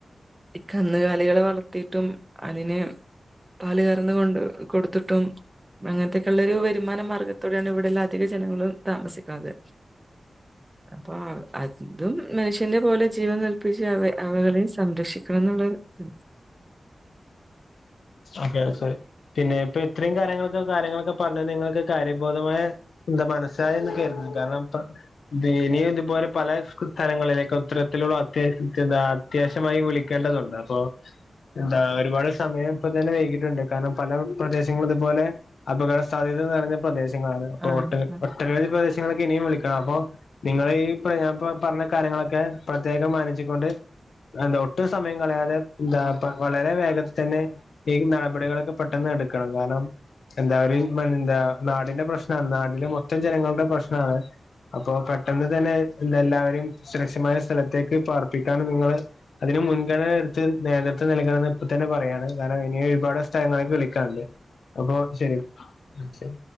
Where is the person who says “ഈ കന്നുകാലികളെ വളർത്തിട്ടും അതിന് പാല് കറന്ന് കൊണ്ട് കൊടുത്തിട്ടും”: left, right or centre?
Right